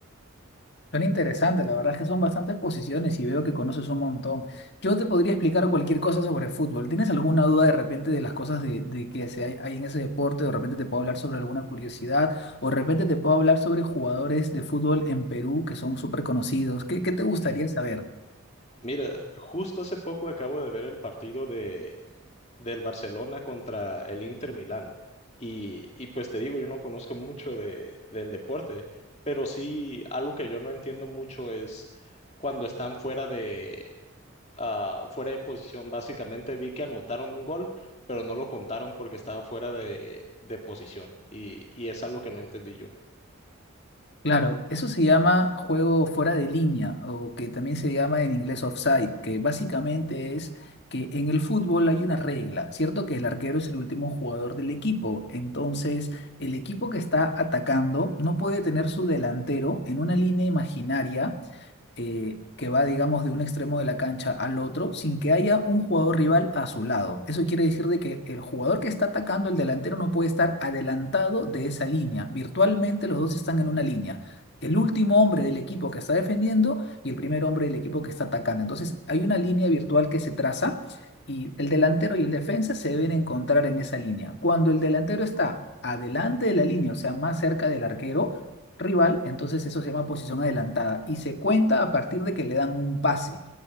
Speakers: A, on the left; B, on the left.
A: Son interesantes, la verdad es que son bastantes posiciones y veo que conoces un montón. Yo te podría explicar cualquier cosa sobre fútbol. ¿Tienes alguna duda de repente de las cosas de, de que se hay, hay en ese deporte? ¿O de repente te puedo hablar sobre alguna curiosidad? ¿O de repente te puedo hablar sobre jugadores de fútbol en Perú que son súper conocidos? ¿Qué, qué te gustaría
B: Ujú.
A: saber?
B: Mira, justo hace poco acabo de ver el partido de, del Barcelona contra el Inter Milán. Y, y pues te digo, yo no conozco mucho de, del deporte, pero sí algo que yo no entiendo mucho es cuando están fuera de, ah, fuera de posición. Básicamente vi que anotaron un gol, pero no lo contaron porque estaba fuera de, de posición. Y, y es algo que no entendí yo.
A: Claro, eso se llama juego fuera de línea o que también se llama en inglés offside, que básicamente es que en el fútbol hay una regla, ¿cierto? Que el arquero es el último jugador del equipo, entonces el equipo que está atacando no puede tener su delantero en una línea imaginaria eh, que va, digamos, de un extremo de la cancha al otro sin que haya un jugador rival a su lado. Eso quiere decir de que el jugador que está atacando, el delantero, no puede estar adelantado de esa línea. Virtualmente los dos están en una línea. El último hombre del equipo que está defendiendo y el primer hombre del equipo que está atacando. Entonces, hay una línea virtual que se traza y el delantero y el defensa se deben encontrar en esa línea. Cuando el delantero está adelante de la línea, o sea, más cerca del arquero, rival, entonces eso se llama posición adelantada y se cuenta a partir de que le dan un pase.